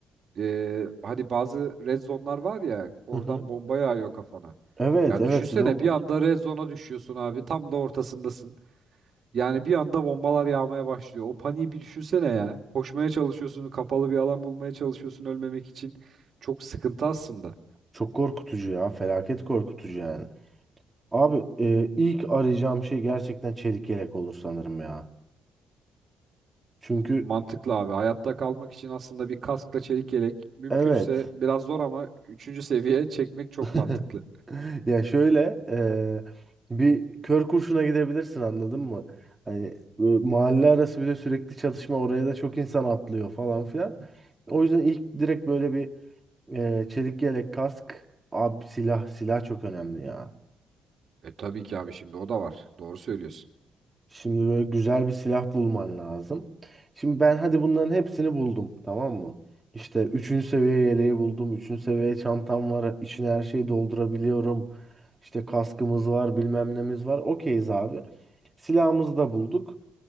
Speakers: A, on the right (about 55°); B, on the right (about 20°).
A: Ee, hani bazı red zone'lar var ya oradan
B: Hı hı.
A: bomba yağıyor kafana.
B: Evet,
A: Yani
B: evet
A: düşünsene
B: bir de o
A: bir
B: var.
A: anda red zone'a düşüyorsun abi. Tam da ortasındasın. Yani bir anda bombalar yağmaya başlıyor. O paniği bir düşünsene ya. Koşmaya çalışıyorsun, kapalı bir alan bulmaya çalışıyorsun ölmemek için. Çok sıkıntı aslında.
B: Çok korkutucu ya. Felaket korkutucu yani. Abi e, ilk arayacağım şey gerçekten çelik yelek olur sanırım ya. Çünkü
A: Mantıklı abi. Hayatta kalmak için aslında bir kaskla çelik yelek mümkünse
B: evet.
A: biraz zor ama üçüncü seviye çekmek çok
B: <laughs>
A: mantıklı.
B: Ya şöyle e, bir kör kurşuna gidebilirsin anladın mı? Hani e, mahalle arası bir de sürekli çatışma oraya da çok insan atlıyor falan filan. O yüzden ilk direkt böyle bir e, çelik yelek kask abi silah silah çok önemli ya.
A: E tabii ki abi şimdi o da var. Doğru söylüyorsun.
B: Şimdi böyle güzel bir silah bulman lazım. Şimdi ben hadi bunların hepsini buldum, tamam mı? İşte üçüncü seviye yeleği buldum. Üçüncü seviye çantam var. İçine her şeyi doldurabiliyorum. İşte kaskımız var, bilmem nemiz var. Okeyiz abi. Silahımızı da bulduk.